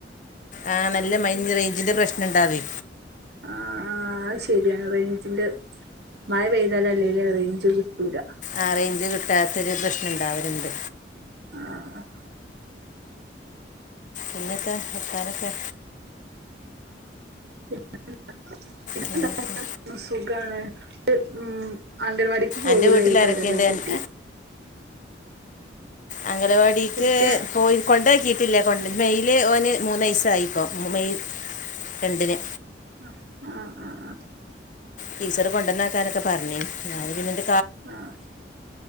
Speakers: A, on the left; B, on the right.
A: ആഹ് നല്ല മഴ ഇഞ്ഞി റേഞ്ചിന്റെ പ്രശ്നം ഇണ്ടാവ്വെ
B: ആഹ് ആഹ് അത് ശരിയാണ് റേഞ്ചിന്റെ മഴ പെയ്താലും അല്ലേലും റേഞ്ച് കിട്ടൂല
A: ആഹ് റേഞ്ച് കിട്ടാത്തൊരു പ്രശ്നം ഉണ്ടാവലുണ്ട്
B: ആഹ്
A: പിന്നത്താ വർത്താനൊക്കെ
B: <unintelligible>
A: പിന്നൊക്കെ
B: സുഖാണ് ഉം അംഗൻവാടിക്ക് പോകൂലേ
A: എൻ്റെ വീട്ടിൽ
B: ഈ
A: ആരൊക്കെയുണ്ട്
B: കാര്യല്ലേ കുട്ടി
A: അൻ- അംഗനവാടിക്ക്
B: കുട്ടിയെ
A: പോയി കൊണ്ടാക്കിയിട്ടില്ല കൊണ്ട് മെയ്യിൽ ഓന് മൂന്ന് വയസ്സായിപ്പോ മെയ് രണ്ടിന്
B: ആഹ് ആഹ് ആഹ്
A: ടീച്ചറ് കൊണ്ടന്നാക്കാനൊക്കെ പറഞ്ഞ് ഞാന് പിന്നട്
B: ആഹ്